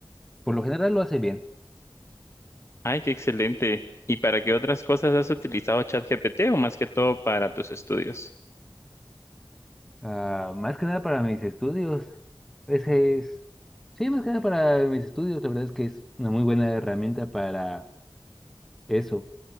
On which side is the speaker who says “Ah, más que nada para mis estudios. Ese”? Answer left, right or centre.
Centre